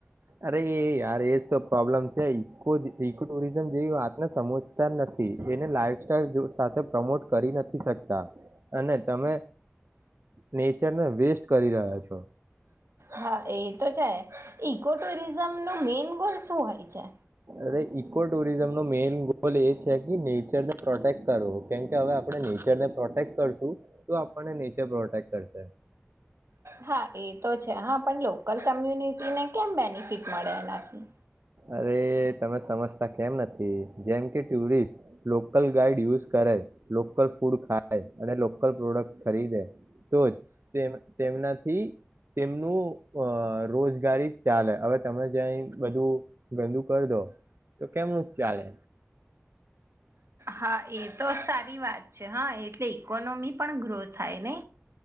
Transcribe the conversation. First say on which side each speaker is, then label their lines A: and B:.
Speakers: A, on the right; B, on the right.
A: અરે એ યાર પ્રોબ્લેમ છે ઇ ઇકો ટુરિઝમ જેવી વાતને સમજતા નથી, એને લાઈફ સાઈલ સાથે પ્રમોટ કરી નથી શકતા. અને તમે નેચર ને વેસ્ટ કરી રહ્યા છો.
B: હા એ તો છે ઈકો ટુરિઝમ નો મેન ગોલ શું હોય છે.
A: અરે ઈકો ટુરિઝમ નો મેઈન ગોલ એ છે, કે નેચરને પ્રોટેક્ટ કરવો કેમકે હવે આપણે નેચરને પ્રોટેક્ટ કરશું તો આપણને નેચર પ્રોટેક્ટ કરશે.
B: હા એ તો છે હા પણ લોકલ કોમ્યુનિટીને કેમ બેનિફિટ મળે એનાથી.
A: અરે તમે સમજતા કેમ નથી જેમ કે ટુરિસ્ટ લોકલ ગાઈડ યુઝ કરે લોકલ ફૂડ ખાય. અને લોકલ પ્રોડક્ટ ખરીદે. તો જ તેમનાથી તેમનું અ રોજગારી ચાલે હવે તમે જ બધું ગંદુ કરી દો તો કેમનું ચાલે.
B: હા એ તો સારી વાત છે હા એટલે ઈકોનોમી પણ ગ્રો થાય. ને